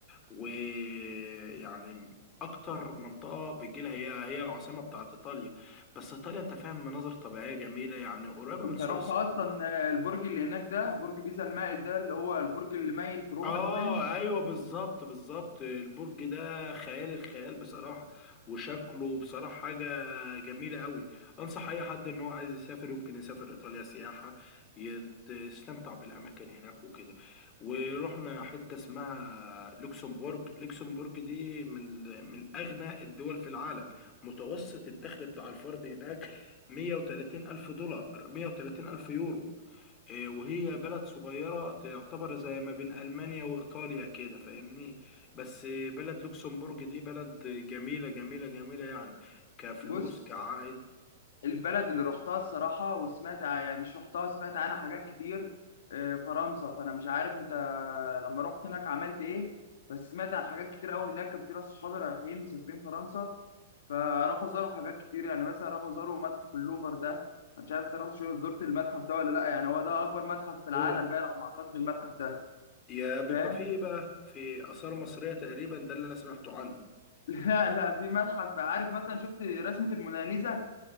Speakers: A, on the left; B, on the left.
A: ويعني اكتر منطقه بيجي لها هي هي العاصمه بتاعت ايطاليا بس ايطاليا انت فاهم مناظر طبيعيه جميله يعني قريبه من
B: انت
A: سويسرا
B: رحت اصلا آه، البرج اللي هناك ده برج بيزا المائل ده اللي هو البرج اللي مايل في روما
A: اه
B: ده باين
A: ايوه بالظبط بالظبط البرج ده خيال الخيال بصراحه وشكله بصراحه حاجه جميله قوي انصح اي حد ان هو عايز يسافر يمكن يسافر ايطاليا سياحه يستمتع بالاماكن هناك وكده ورحنا حته اسمها لوكسمبورج لوكسمبورج دي من من اغنى الدول في العالم متوسط الدخل بتاع الفرد هناك 130 الف دولار 130 الف يورو إيه، وهي بلد صغيرة تعتبر زي ما بين ألمانيا وإيطاليا كده فاهمني بس إيه، بلد لوكسمبورج دي بلد جميلة جميلة جميلة يعني كفلوس
B: بص
A: كعائد
B: البلد اللي رحتها الصراحة وسمعت يعني مش رحتها سمعت عنها حاجات كتير آه، فرنسا فأنا مش عارف أنت لما رحت هناك عملت إيه بس سمعت عن حاجات كتير أوي هناك كان في ناس صحابي رايحين مسافرين فرنسا فراحوا زاروا حاجات كتير يعني مثلا راحوا زاروا متحف اللوفر ده أنا مش عارف أنت رحت شو زرت المتحف ده ولا لأ يعني هو ده أكبر متحف في العالم
A: هو
B: بقى على ما أعتقد المتحف ده
A: يا بيبقى
B: فاهم
A: فيه إيه بقى في آثار مصرية تقريبا ده اللي أنا سمعته عنه
B: <laughs> لا لا في متحف عارف مثلا شفت رسمة الموناليزا